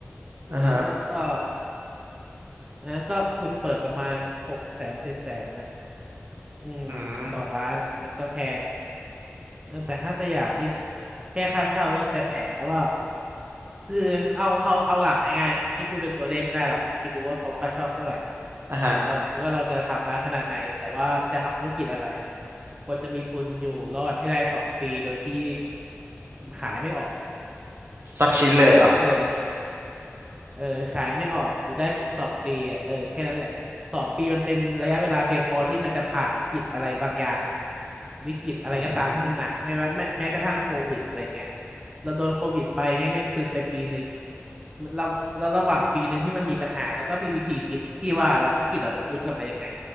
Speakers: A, on the right; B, on the right.
A: อ่าฮะ
B: อันนั้นก็ก็อันนั้นก็ทุนเปิดประมาณหกแสนเจ็ดแสนนะอืมต่อร้านอ่ะมันก็แพง
A: อืม
B: เออแต่ห้างสยามนี่แค่ค่าเช่าก็แสนแล้วว่าคือเอาเอาเอาหลักง่ายๆพี่พูดเป็นตัวเลขไม่ได้หรอกพี่ไม่รู้ว่าเขาค่าเช่าเท่าไหร่
A: อ่าฮะ
B: เราก็เราจะทำร้านขนาดไหนแต่ว่าจะทำธุรกิจอะไรอะควรจะมีทุนอยู่รอดให้ได้สองปีโดยที่ขายไม่ออก
A: สักชิ้นเลยเหรอ
B: เออ เออขายไม่ออกอยู่ได้สองปีอะเออแค่นั้นแหละสองปีมันเป็นระยะเวลาเพียงพอที่มันจะผ่านวิกฤตอะไรบางอย่างวิกฤตอะไรก็ตามที่มันหนักไม่ว่าแม้แม้กระทั่งโควิดอะไรเงี้ย
A: อืม
B: เราโดนโควิดไปเงี้ยแม่งซึมไปปีหนึ่งมันเราเราระหว่างปีหนึ่งที่มันมีปัญหาแล้วก็มีวิธีคิดที่ว่าเราธุรกิจเราจะฟื้นกลับมายังไง